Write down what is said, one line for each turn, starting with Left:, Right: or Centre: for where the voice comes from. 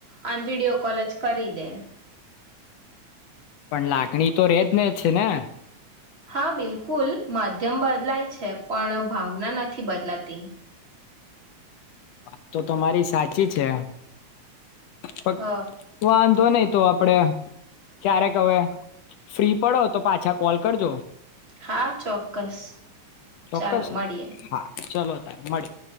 Right: અને વિડિયો કોલ જ કરી દે
Left: પણ લાગણી તો રેજ ને જ છે ને
Right: હા બિલકુલ માધ્યમ બદલાય છે પણ ભાવના નથી બદલાતી
Left: વાત તો તમારી સાચી છે વા
Right: હ
Left: વાંધોની તો આપડે ક્યારેક હવે ફ્રી પડો તો પાછા કોલ કરજો
Right: હા ચોક્કસ
Left: ચોક્કસ
Right: ચાલો મળીએ
Left: હા ચલો તાર મળયે